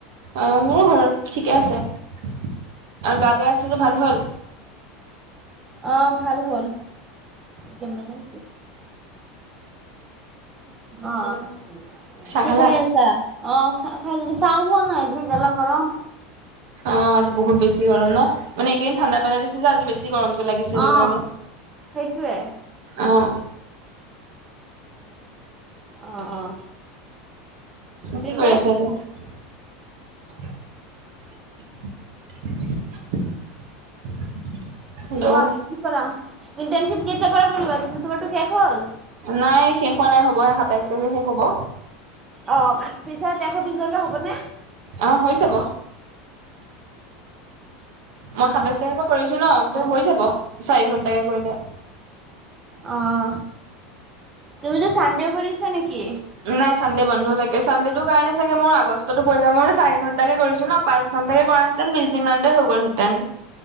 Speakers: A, on the right; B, on the right.
A: অ', মোৰ ঘৰ ঠিকে আছে আৰু গা বেয়া আছিল যে ভাল হ'ল?
B: অ', ভাল হ'ল কে নাম কি। অ'।
A: চাহ
B: কি
A: খালা
B: কৰি আছা অ', চা-চাহ খোৱা নাই যি গেলা গৰম।
A: অ', আজি বহুত বেছি গৰম ন, মানে একেইদিন ঠাণ্ডা পেলাই দিছে যে আজি বেছি গৰম। লাগিছে এই
B: অ
A: কাৰণে
B: সেইটোৱে,
A: অ'।
B: অ', অ'। পিছত
A: কি কৰি আছা এতিয়া? <inaudible> হেল্ল'
B: কোৱা কি কৰা? ইণ্টাৰনশিপ কেতিয়াৰ পৰা কৰিবা তোমাৰটো শেষ হ'ল?
A: নাই শেষ হোৱা নাই হ'বহে সাতাইশ তাৰিখে শেষ হ'ব।
B: অ', পিছত <unintelligible> হবনে?
A: অ', হৈ যাব। মই
B: নাজা
A: সাতাইশ তাৰিখৰ পৰা কৰিছো ন
B: নাজা
A: ত হৈ যাব চাৰি ঘন্টাকে কৰিলে।
B: অ', তুমিতো চানডে কৰিছা নেকি?
A: নাই চানডে বন্ধ থাকে, চানডে টো কাৰণে চাগে মোৰ আগষ্টতো পৰিল মই চাৰি ঘণ্টাকে কৰিছো ন পাঁচ ঘণ্টাকে কৰা তেন বিছ দিনমানতে হৈ গ'লহেঁতেন।